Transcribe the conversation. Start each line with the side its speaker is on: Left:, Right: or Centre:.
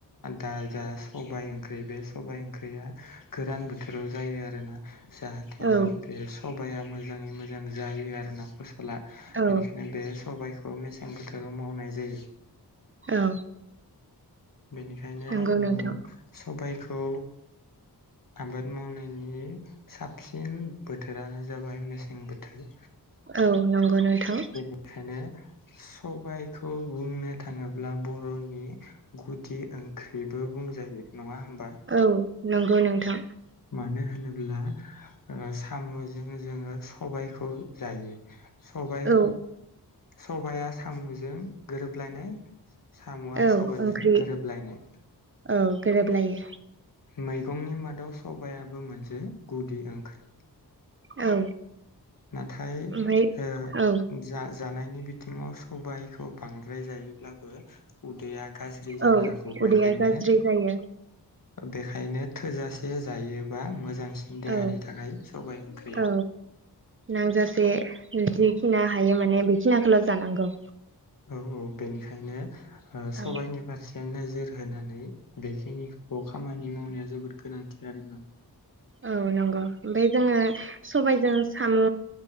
Left: दा जा सबाय ओंख्रि बे सबाइ ओंख्रिया गोरान बोथोराव जायो आरोना जाहाथे
Right: औ
Left: बे सबाया मोजाङै मोजां जायो आरो ना फसला
Right: औ
Left: बेनिखायनो बे सबाइखौ मेसें बोथोराव मावनाय जायो।
Right: औ
Left: बेनिखायनो
Right: नंगौ नोंथां
Left: ओ सबायखौ आबाद मावनायनि साबसिन बोथोरानो जाबाय मेसें बोथोर।
Right: औ नंगौ नोंथां
Left: बेखायनो सबायखौ बुंनो थाङोब्ला बर'नि नि गुदि ओं ख्रैबो बुंजायो नङा होमबा
Right: औ नंगौ नोंथां
Left: मानो होनोब्ला साम'जों जोङो सबायखौ जायो। सबाय
Right: औ
Left: सबाया साम'जों गोरोबलायनाय साम'आ
Right: औ
Left: सबायजों
Right: ओंख्रि
Left: गोरोबलायनाय
Right: औ गोरोबलायो
Left: मैगंनि मादाव सबायाबो मोनसे गुदि ओंख्रि
Right: औ
Left: नाथाय
Right: ओमफ्राय
Left: ओ
Right: औ
Left: जा जानायनि बिथिङाव सबायखौ बांद्राय जायोब्लाबो उदैया गाज्रि
Right: औ
Left: जानो हागौ बेखायनो
Right: उदैया गाज्रि जायो
Left: बेखायनो थोजासे जायोबा मोजांसिन देहानि
Right: औ
Left: थाखाय सबाय ओंख्रिया
Right: औ नांजासे जिखिना हायो माने बेखिनिखौल' जानांगौ।
Left: औ औ बेनिखायनो सबाइनि
Right: औ
Left: फारसे बे नोजोर होनानै बेखिनिखौ खामानि मावनाया जोबोद गोनांथि आरोना।
Right: औ नंगौ ओमफ्राय जोङो सबायजों साम'